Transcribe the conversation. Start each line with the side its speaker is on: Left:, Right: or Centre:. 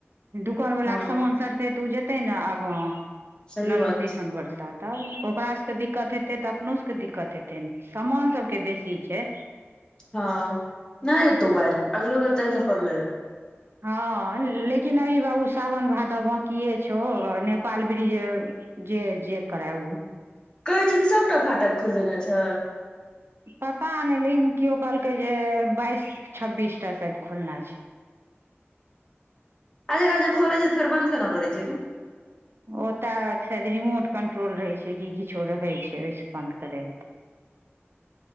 Right: दोकानवलाके
Left: हँ
Right: समान सठतै तऽ ओ जेतै ने आगाँ
Left: सही
Right: ननो
Left: बात
Right: तीसन बरसात तब ओकरा सबके दिक्कत हेतै तऽ अपनो सबके दिक्कत हेतै ने, समान सबके बेसी छै।
Left: हँ नै एतो बाइढ अगलो बेर त ऐहिना परलैरे।
Right: हँ लेकिन अभी बाबू सावन भादव बांकिए छौ नेपाल ब्रिज जे जे करै ऊ
Left: कहै छै जे सबटा फाटक खोइल देने छै।
Right: पता नै लेकिन केओ कहलकै जे बाइस छब्बीसटा सायद खोलने छै।
Left: आ एनाजे जे खोलै छै तऽ फेर बन्द केना करै छै गै?
Right: ओतऽ छै रिमोट कन्ट्रोल रहै छै कि किछो रहै छै ओहिसँ बन्द करै हेतै।
Left: <inaudible>